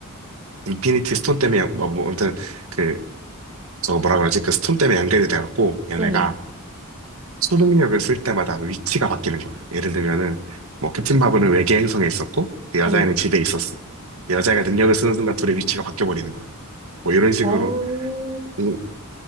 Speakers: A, on the right; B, on the right.
A: 인피니티 스톤 때문에 연- 뭐 뭐, 아무튼 그 저 뭐라 그러지 그 스톤 때문에 연결이 돼갖고 얘네가
B: 응.
A: 초능력을 쓸 때마다 위치가 바뀌는 거야. 예를 들면은 뭐 캡틴 마블은 외계 행성에 있었고 그 여자애는
B: 응.
A: 집에 있었어. 그 여자애가 능력을 쓰는 순간 둘의 위치가 바뀌어 버리는 거야. 뭐 이런 식으로
B: 어,
A: 음,